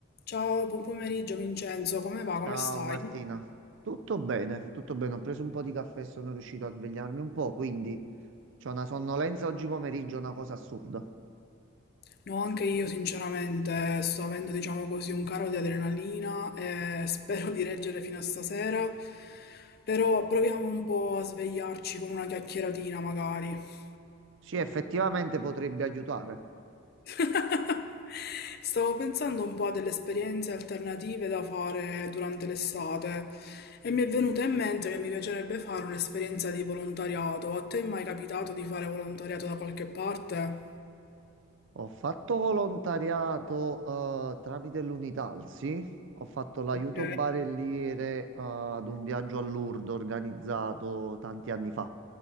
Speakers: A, on the left (about 45°); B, on the right (about 60°).
A: Ciao, buon pomeriggio Vincenzo, come va? Come
B: Ciao
A: stai?
B: Martina, tutto bene, tutto bene. Ho preso un po' di caffè e sono riuscito a svegliarmi un po', quindi c'ho una sonnolenza oggi pomeriggio, una cosa assurda.
A: No, anche io sinceramente sto avendo, diciamo così, un caro di adrenalina e <laughs> spero di reggere fino a stasera, però proviamo un po' a svegliarci con una chiacchieratina magari.
B: Sì, effettivamente potrebbe aiutare.
A: <laughs> Stavo pensando un po' a delle esperienze alternative da fare durante l'estate e mi è venuta in mente che mi piacerebbe fare un'esperienza di volontariato. A te è mai capitato di fare volontariato da qualche parte?
B: Ho fatto volontariato eh, tramite l'Unità, sì. Ho fatto l'aiuto
A: Ok,
B: barelliere eh, ad un viaggio a Lourdes organizzato tanti anni fa.